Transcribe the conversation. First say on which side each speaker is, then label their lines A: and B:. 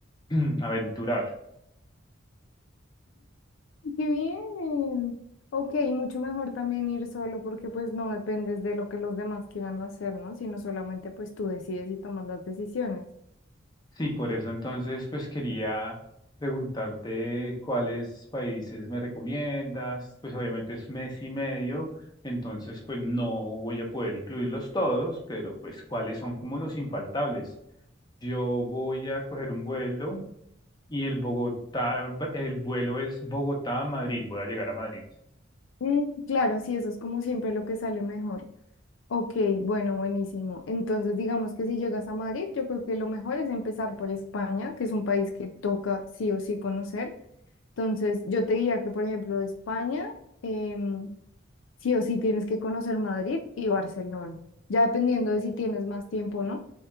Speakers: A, on the left; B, on the left.
A: <clears throat> a aventurar.
B: Qué bien. Ok, mucho mejor también ir solo porque pues no dependes de lo que los demás quieran hacer, ¿no? Sino solamente pues tú decides y tomas las decisiones.
A: Sí, por eso entonces pues quería preguntarte cuáles países me recomiendas, pues obviamente es mes y medio, entonces pues no voy a poder incluirlos todos, pero pues cuáles son como los infaltables. Yo voy a coger un vuelo y el Bogotá, el vuelo es Bogotá-Madrid, a Madrid, voy a llegar a Madrid.
B: Mm, claro, sí, eso es como siempre lo que sale mejor. Ok, bueno, buenísimo. Entonces, digamos que si llegas a Madrid, yo creo que lo mejor es empezar por España, que es un país que toca sí o sí conocer. Entonces, yo te diría que, por ejemplo, España, em, sí o sí tienes que conocer Madrid y Barcelona. Ya dependiendo de si tienes más tiempo o no,